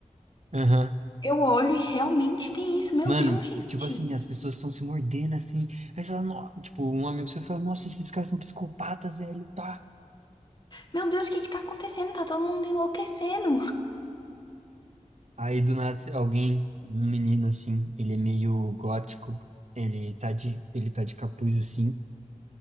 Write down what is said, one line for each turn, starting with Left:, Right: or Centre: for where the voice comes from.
Right: Aham.
Left: eu olho e realmente tem isso. Meu
Right: Mano,
Left: Deus,
Right: tipo
Left: gente.
Right: assim, as pessoas estão se mordendo assim. Aí você fala, "Nó-" tipo, um amigo seu fala, nossa, esses caras são psicopatas, velho, pá.
Left: Meu Deus, o que que tá acontecendo? Tá todo mundo enlouquecendo.
Right: Aí do nada alguém, um menino assim, ele é meio gótico, ele tá de, ele tá de capuz assim,